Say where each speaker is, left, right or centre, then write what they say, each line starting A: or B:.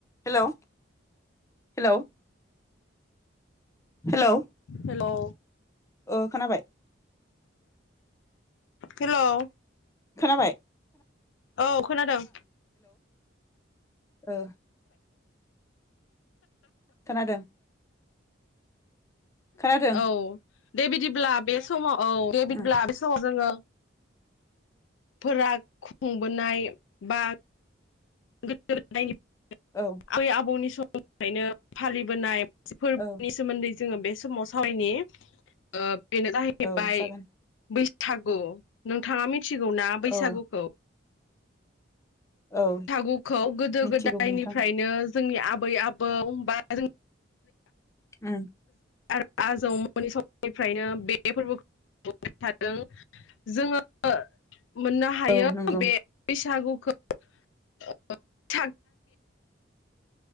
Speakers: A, on the left (about 15°); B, on the left (about 75°).
A: हेलौ हेलौ हेलौ
B: हेलौ
A: ओ खोनाबाय
B: हेलौ
A: खोनाबाय
B: औ खोनादों
A: औ खोनादों खोनादों
B: औ दे बिदिब्ला बे समाव औ बे
A: उम
B: बिदिब्ला बे समाव जोङो फोरा खुंबोनाय बा गोद गो दायनि
A: औ
B: आबै आबौनि सम फ्रायनो फालिबोनाय फोरबोनि
A: औ
B: सोमोन्दै जोङो बे समाव सावरायनि ओ बेनो जाहैबाय
A: औ जागोन
B: बैस थागु नोंथाङा मि मिथिगौ ना बैसागुखौ
A: औ औ
B: गुखौ गोदो
A: मिथिगौ
B: गोदायनिफ्रायनो
A: नोंथां
B: जोंनि आबै आबौ बा जों
A: उम
B: आरो आजौमोननि समनिफ्रायनो बे फोरबोखौबाय थादों जोङो। मोननो हायो
A: औ नंगौ
B: बेस थागुखो <unintelligible>